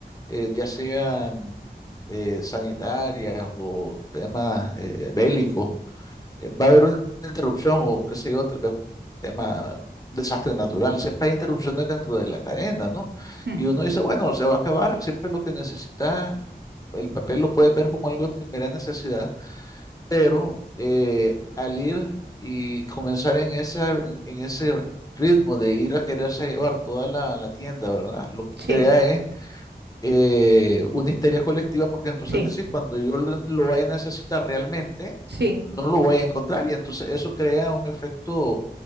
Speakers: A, on the left; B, on the right.
A: eh, ya sean eh, sanitarias o temas eh, bélicos, eh, va a haber una interrupción o qué sé yo, tal vez un tema, un desastre natural. Siempre hay interrupciones dentro de la cadena, ¿no?
B: mm,
A: Y uno dice, bueno, se va a acabar, siempre lo que necesita, el papel lo puedes ver como algo de primera necesidad, pero eh, al ir y comenzar en esa, en, en ese ritmo de ir a quererse llevar toda la, la tienda, ¿verdad? Lo que
B: sí,
A: crea es eh, una histeria colectiva, porque entonces
B: sí,
A: decís, cuando yo lo, lo vaya a necesitar realmente,
B: sí,
A: no lo voy a encontrar. Y entonces eso crea un efecto